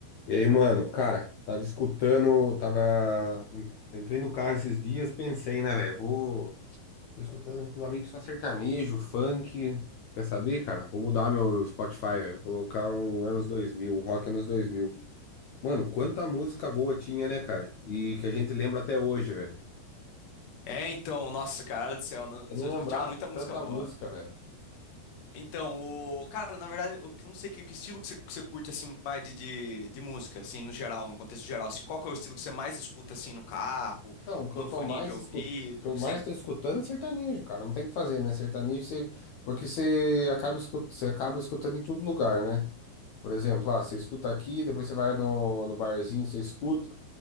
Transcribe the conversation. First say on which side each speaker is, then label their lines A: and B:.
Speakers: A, on the left; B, on the left.
A: E aí, mano, cara, tava escutando, tava. Entrei no carro esses dias, pensei, né, velho? Vou. Tô escutando ultimamente só sertanejo, funk. Quer saber, cara? Vou mudar meu Spotify, velho. Vou colocar um anos 2000, um rock anos 2000. Mano, quanta música boa tinha, né, cara? E que a gente lembra até hoje, velho.
B: É, então, nossa, cara do céu, nos anos
A: Eu não
B: 2000
A: lembrava
B: tinha muita
A: de tanta
B: música boa.
A: música, velho.
B: Então, o cara, na verdade, eu não sei que, que estilo que você, que você curte assim mais de, de, de música, assim, no geral, no contexto geral, assim, qual que é o estilo que você mais escuta assim no carro,
A: Não, o que
B: no
A: eu
B: foninho
A: tô mais
B: de ouvido,
A: escutando. Eu
B: assim?
A: mais tô escutando é sertanejo, cara. Não tem o que fazer, né? Sertanejo, você... porque você acaba, escut... você acaba escutando em todo lugar, né? Por exemplo, ah, você escuta aqui, depois você vai no, no barzinho, você escuta.